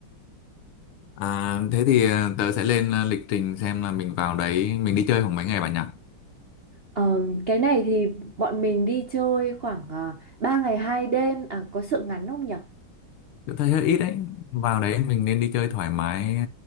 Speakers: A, on the left; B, on the right.
A: À, thế thì ờ, tớ sẽ lên ờ, lịch trình xem là mình vào đấy mình đi chơi khoảng mấy ngày bạn nhỉ?
B: Ờm, cái này thì bọn mình đi chơi khoảng uh, 3 ngày 2 đêm à có sự ngắn không nhở
A: Tớ thấy hơi ít đấy. Vào đấy mình nên đi chơi thoải mái ờ,